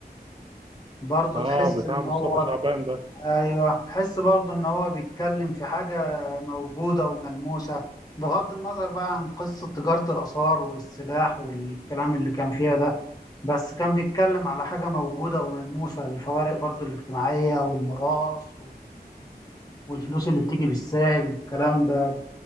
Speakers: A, on the left (about 25°); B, on the right (about 30°).
A: برضه
B: اه
A: تحس
B: بتاع
A: ان
B: مصطفى
A: هو
B: شعبان ده
A: ايوه تحس برضه ان هو بيتكلم في حاجة موجودة وملموسة بغض النظر بقى عن قصة تجارة الآثار والسلاح والكلام اللي كان فيها ده بس كان بيتكلم على حاجة موجودة وملموسة الفوارق برضه الاجتماعية والميراث و- والفلوس اللي بتيجي بالساهل والكلام ده